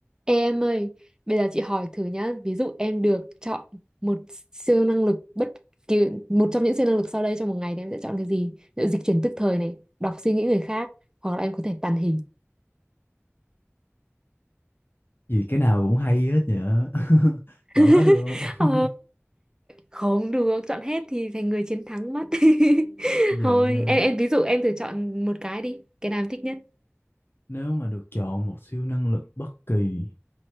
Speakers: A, on the right; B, on the left.
A: Ê em ơi, bây giờ chị hỏi thử nhá, ví dụ em được chọn một siêu năng lực bất kỳ một trong những siêu năng lực sau đây trong một ngày thì em sẽ chọn cái gì? Ví dụ dịch chuyển tức thời này, đọc suy nghĩ người khác, hoặc là em có thể tàng hình.
B: Vì cái nào cũng hay hết nhở <laughs> Chọn
A: <laughs>
B: hết được không?
A: Ờ,
B: <laughs>
A: không được, chọn hết thì thành người chiến thắng mất. <laughs>
B: Giờ
A: Thôi,
B: nha,
A: em em ví dụ em thử chọn một cái đi, cái nào em thích nhất?
B: nếu mà được chọn một siêu năng lực bất kỳ,